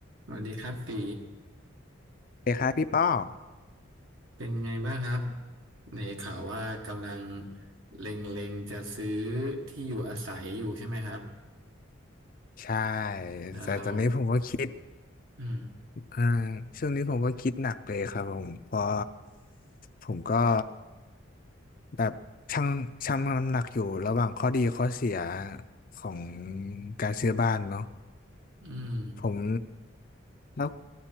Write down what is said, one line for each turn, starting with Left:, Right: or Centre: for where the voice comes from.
Right: สวัสดีครับตี
Left: เด็กครับพี่ป้อง
Right: เป็นไงบ้างครับในข่าวว่ากำลังเล็งๆจะซื้อที่อยู่อาศัยอยู่ใช่ไหมครับ
Left: ใช่
Right: แล้วเรา
Left: แต่ตอนนี้ผมก็คิด
Right: อืม
Left: อ่าช่วงนี้ผมก็คิดหนักเลยครับผมเพราะผมก็แบบชั่งชั่งน้ำหนักอยู่ระหว่างข้อดีข้อเสียของการซื้อบ้านเนาะ
Right: อืม
Left: ผมแล้ว